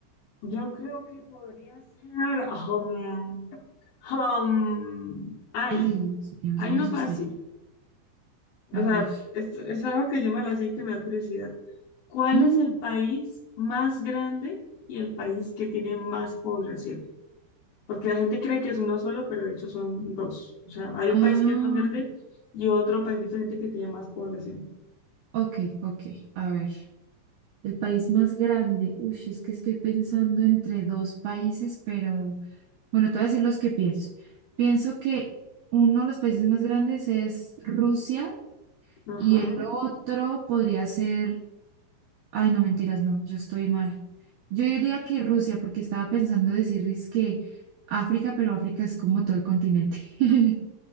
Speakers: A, on the left; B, on the right.
A: yo creo que podría ser, um, um, ay,
B: ay, Dios mío,
A: hay
B: ya me
A: una
B: asusté.
A: fácil, o
B: A
A: sea,
B: ver.
A: es, es algo que yo me la sé y que me da curiosidad. ¿Cuál
B: Mm,
A: es el país más grande y el país que tiene más población? Porque la gente cree que es uno solo, pero de hecho son dos. O sea, hay un
B: Ah,
A: país que es más grande y otro país diferente que tiene más población.
B: ok, ok, a ver. El país más grande. Uy, es que estoy pensando entre dos países, pero bueno, te voy a decir los que pienso. Pienso que uno de los países más grandes es Rusia
A: Ajá.
B: y el
A: <laughs>
B: otro podría ser Ay, no, mentiras, no, yo estoy mal. Yo diría que Rusia, porque estaba pensando decirles que África, pero África es como todo el continente. <laughs>